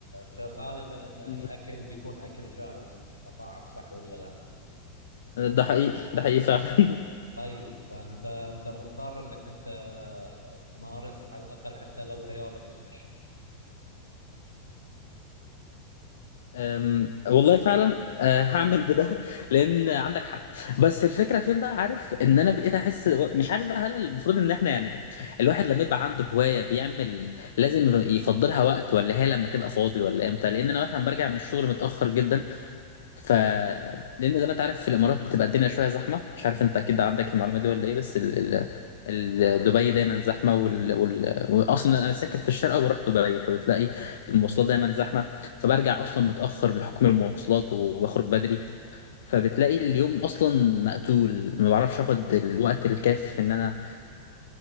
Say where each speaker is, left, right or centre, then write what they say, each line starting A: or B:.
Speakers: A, on the left; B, on the left.
A: فغالبا ان
B: مم.
A: الاكل بيكون اكل جاهز من المطاعم صح ولا لا؟
B: ده حقيقي ده حقيقي فعلا <laughs>
A: طيب فانت انت مضطر انك انت تمارس على الاقل حتى لو رياضه المشي.
B: أم، والله فعلا أه، هعمل بده <laughs> لان عندك حق بس الفكره فين بقى عارف ان انا بقيت احس مش عارف بقى هل المفروض ان احنا يعني الواحد لما يبقى عنده هوايه بيعمل لازم يفضلها وقت ولا هي لما تبقى فاضي ولا امتى لان انا مثلا برجع من الشغل متاخر جدا ف لان زي ما انت عارف في الامارات بتبقى الدنيا شويه زحمه مش عارف انت اكيد عندك المعلومه دي ولا ايه بس ال... ال... ال...
A: نعم
B: دبي دايما زحمه وال... وال... واصلا انا ساكن في الشارقه وبروح دبي فبتلاقي المواصلات دايما زحمه فبرجع اصلا متاخر بحكم المواصلات وبخرج بدري فبتلاقي اليوم اصلا مقتول ما بعرفش اخد الوقت الكافي ان انا